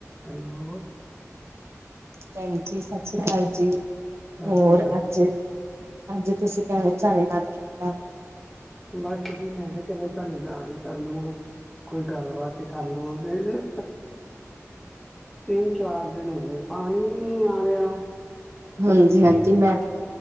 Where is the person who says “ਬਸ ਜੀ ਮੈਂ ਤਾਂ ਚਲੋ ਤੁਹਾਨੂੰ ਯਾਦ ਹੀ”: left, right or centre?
Centre